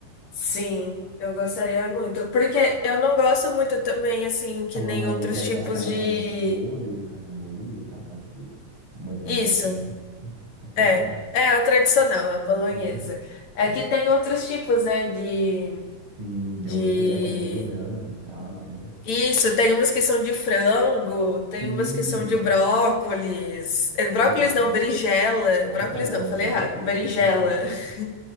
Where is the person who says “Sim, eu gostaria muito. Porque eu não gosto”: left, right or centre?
Left